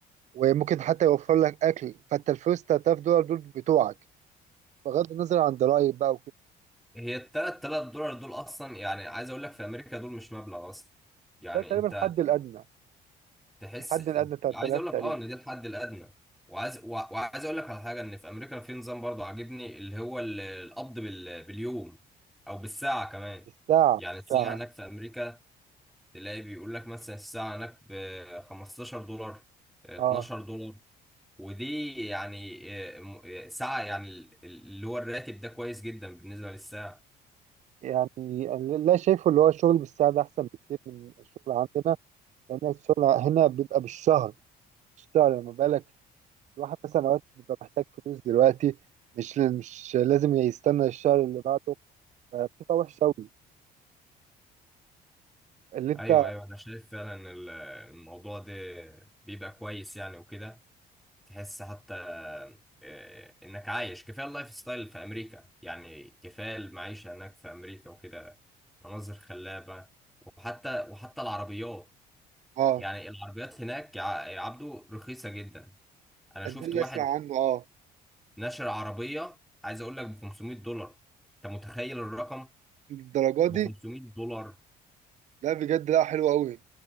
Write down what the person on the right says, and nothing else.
وممكن حتى يوفر لك اكل فانت الفلوس 3000 دولار دول بتوعك بغض النظر عن ضرائب بقى
ده تقريبا
الحد الأدنى
الحد الأدنى بتاع 3000
تقريبا
الساعة
الساعة
اه
يعني أنا لا شايفه اللي هو الشغل بالساعة ده أحسن بكتير من الشغل عندنا لأن الشغل هنا بيبقى بالشهر بالشهر لما بالك الواحد مثلا أوقات بيبقى محتاج فلوس دلوقتي مش مش لازم يستنى الشهر اللي بعده فبتبقى وحشة أوي اللي أنت
اه
ده اللي
أسمع عنه اه
الدرجة دي
لا بجد لا حلو قوي